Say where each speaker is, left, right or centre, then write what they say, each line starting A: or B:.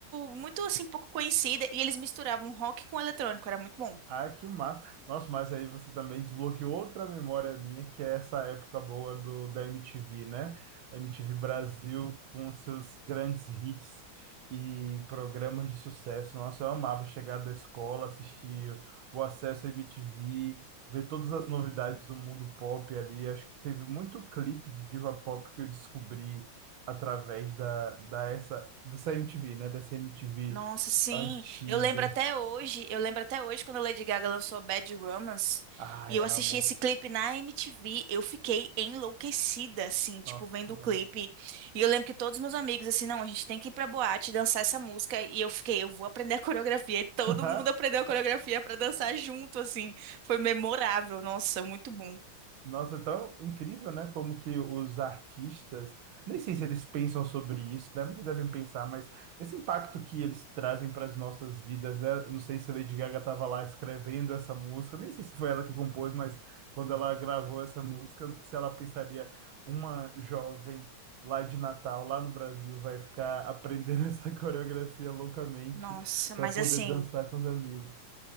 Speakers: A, on the right; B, on the right.
A: muito assim, pouco conhecida. E eles misturavam rock com eletrônico, era muito bom.
B: Ah, que massa. Nossa, mas aí você também desbloqueou outra memória minha, que é essa época boa do, da MTV, né? A MTV Brasil com os seus grandes hits e programas de sucesso. Nossa, eu amava chegar da escola, assistir o acesso à MTV, ver todas as novidades do mundo pop ali. Acho que teve muito clipe de diva pop que eu descobri através da, da essa, dessa MTV, né? Dessa MTV
A: Nossa, sim.
B: antiga.
A: Eu lembro até hoje, eu lembro até hoje quando a Lady Gaga lançou Bad Romance
B: Ai,
A: e eu
B: amo.
A: assisti esse clipe na MTV, eu fiquei enlouquecida, assim, tipo,
B: Nossa,
A: vendo
B: eu
A: o clipe.
B: amo.
A: E eu lembro que todos os meus amigos, assim, não, a gente tem que ir pra boate dançar essa música. E eu fiquei, eu vou aprender a coreografia. E todo
B: <laughs>
A: mundo aprendeu a coreografia pra dançar junto, assim. Foi memorável, nossa, muito bom.
B: Nossa, é tão incrível, né? Como que os artistas, nem sei se eles pensam sobre isso, né? Nunca devem pensar, mas esse impacto que eles trazem para as nossas vidas, né? Não sei se Lady Gaga estava lá escrevendo essa música, nem sei se foi ela que compôs, mas quando ela gravou essa música, não sei se ela pensaria, uma jovem lá de Natal, lá no Brasil, vai ficar aprendendo <laughs> essa coreografia loucamente
A: Nossa, mas
B: para poder
A: assim.
B: dançar com os amigos.